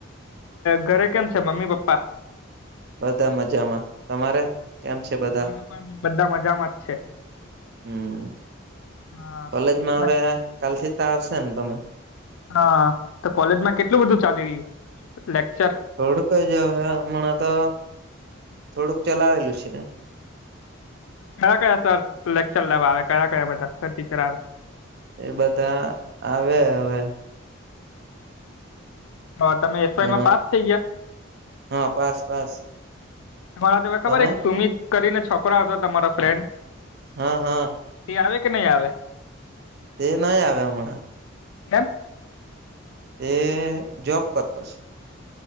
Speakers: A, on the left (about 80°); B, on the right (about 50°).
A: ઘરે કેમ છે મમ્મી પપ્પા.
B: બધા મજામાં તમારે કેમ છે બધા.
A: અમારું પણ બધા મજામાં જ છે
B: હમ
A: હા
B: કોલેજમાં હવે કાલ થી તો આવશે ને તમે.
A: હા તો કોલેજમાં કેટલું બધું ચાલી રહ્યું લેક્ચર.
B: થોડુંક જ હવે હણાં તો થોડુંક ચલાવેલું છે.
A: કયા કયા સર લેક્ચર લેવા આવે કયા કયા બધા સર ટીચર આવે.
B: એ બધા આવે હવે.
A: હા તમે એસવાયમાં
B: અ
A: પાસ થઈ ગયા?
B: હા પાસ પાસ
A: તમારા જોડે ખબર
B: તમે
A: એક સુમિત કરીને છોકરા આવતો હતો તમારો ફ્રેન્ડ.
B: હા હા.
A: તે આવે કે નહીં આવે.
B: તે નહી આવે હમણાં.
A: કેમ.
B: તે જોબ કરતોશે.